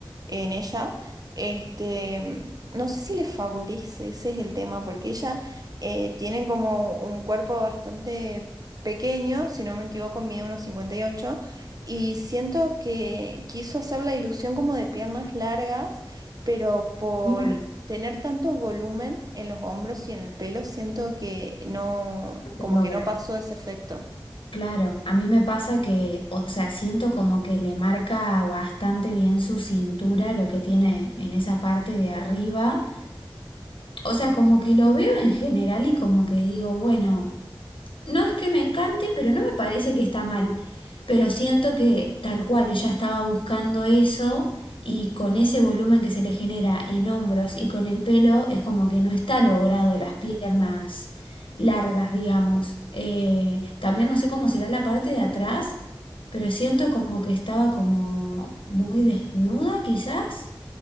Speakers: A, on the right; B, on the left.
A: en ella, este, mm, no sé si le favorece, ese es el tema, porque ella eh, tiene como un cuerpo bastante pequeño, si no me equivoco, mide unos 58, y ocho, y siento que quiso hacer la ilusión como de piernas largas, pero por
B: Claro,
A: tener tanto volumen en los hombros y en el pelo, siento que no,
B: no se
A: como
B: logra.
A: que no pasó ese efecto.
B: Claro, a mí me pasa que, o sea, siento como que le marca bastante bien su cintura, lo que tiene en esa parte de arriba. O sea, como que lo veo en general y como que digo, bueno. No es que me encante, pero no me parece que está mal. Pero siento que tal cual ella estaba buscando eso y con ese volumen que se le genera en hombros y con el pelo es como que no está logrado las piernas largas, digamos. Eh, también no sé cómo será la parte de atrás, pero siento como que estaba como muy desnuda quizás,